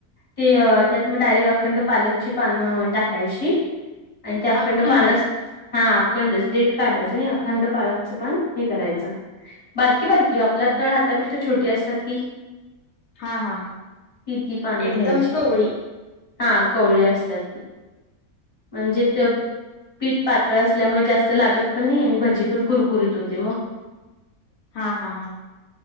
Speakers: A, on the left; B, on the left.
A: ते त्यात मग डायरेक्ट आखंड पालकची पानं टाकायची. आणि ते आखंड
B: अखंडच
A: पानस हा अखंडच काढायच आणि आखंड पाळच पान हे करायचं, बारकी-बारकी
B: हम्म
A: आपला तळहात पेक्षा छोटी असतात ती.
B: हा, हा, हा
A: ती ती पानं
B: एकदम
A: घ्यायची
B: कवळी.
A: हा कवळी असतात ती, म्हणजे ते पीठ पातळ असल्यामुळे जास्त लागत पण नाही आणि भजी पण कुरकुरीत होते मग.
B: हा, हा, हा,